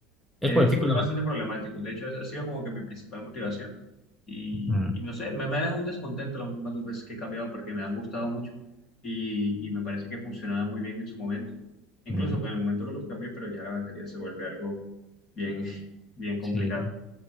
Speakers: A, in the centre; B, on the left (about 35°).
A: es
B: eh,
A: por el
B: se
A: ciclo
B: vuelve
A: de...
B: bastante
A: bat-
B: problemático. De hecho, esa ha sido como que mi principal motivación. Y,
A: Mm,
B: y no sé, me, me ha dejado un descontento las últimas dos veces que he cambiado porque me han gustado mucho y, y me parece que funcionaba muy bien en su momento. Incluso
A: mm,
B: en el momento que los cambié, pero ya la batería se vuelve algo bien, <laughs> bien complicado.
A: sí.